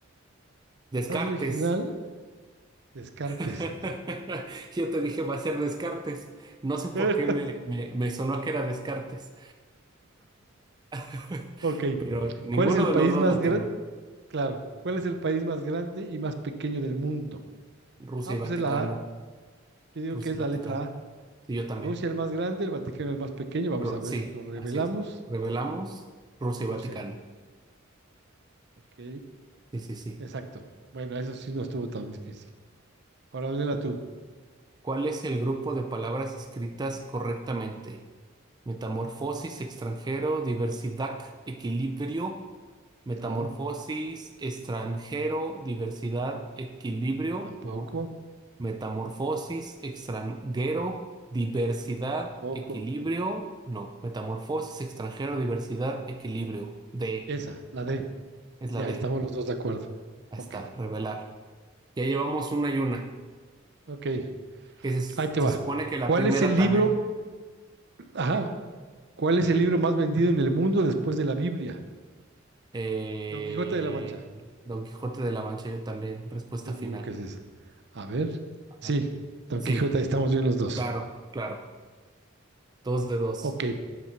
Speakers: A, on the right; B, on the right.
A: la
B: Descartes.
A: frase original, Descartes.
B: <laughs> Yo te dije va a ser Descartes. No sé por
A: <laughs>
B: qué me, me, me sonó que era Descartes, <laughs>
A: Ok.
B: pero ninguno
A: ¿Cuál es el
B: de
A: país
B: los dos
A: más
B: latino.
A: grande? Claro. ¿Cuál es el país más grande y más pequeño del mundo?
B: Rusia
A: Ah, pues
B: y Vaticano.
A: es la A. Yo digo
B: Rusia
A: que es
B: y
A: la
B: Vaticano.
A: letra A.
B: Sí, yo también.
A: Rusia el más grande, el Vaticano el más pequeño. Vamos
B: Ru-
A: a ver,
B: sí,
A: lo revelamos.
B: así es. Revelamos Rusia
A: Rusia.
B: y Vaticano.
A: Ok,
B: Sí, sí, sí.
A: exacto. Bueno, eso sí no estuvo tan difícil. Ahora léela tú.
B: ¿Cuál es el grupo de palabras escritas correctamente? Metamorfosis, extranjero, diversidad, equilibrio. Metamorfosis,
A: No,
B: extranjero, diversidad, equilibrio,
A: tampoco.
B: ¿no? Metamorfosis, extranjero, diversidad,
A: Tampoco.
B: equilibrio, no. Metamorfosis, extranjero, diversidad, equilibrio. D,
A: Esa, la D.
B: es
A: Sí,
B: la
A: ahí
B: D.
A: estamos los dos de acuerdo.
B: Ahí
A: Ok,
B: está, revelar. Ya llevamos una y una.
A: ok.
B: Que se,
A: Ahí te
B: se
A: va.
B: supone que la
A: ¿Cuál
B: primera
A: es el libro?
B: también.
A: Ajá. ¿Cuál es el libro más vendido en el mundo después de la Biblia?
B: Eh,
A: Don Quijote de la Mancha.
B: Don Quijote de la Mancha, yo también. Respuesta
A: Yo digo
B: final.
A: que es esa. A ver.
B: Ajá.
A: Sí, Don
B: Sí,
A: Quijote, ahí estamos bien los dos.
B: claro, claro. Dos de dos.
A: Ok,